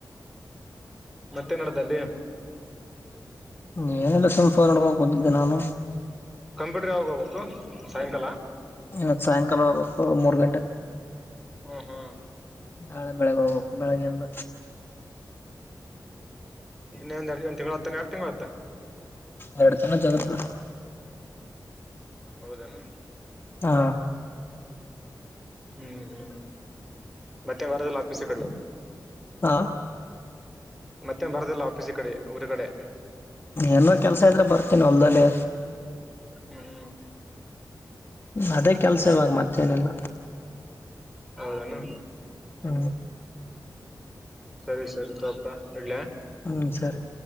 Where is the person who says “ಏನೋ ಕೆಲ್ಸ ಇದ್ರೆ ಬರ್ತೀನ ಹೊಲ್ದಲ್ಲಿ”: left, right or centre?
Left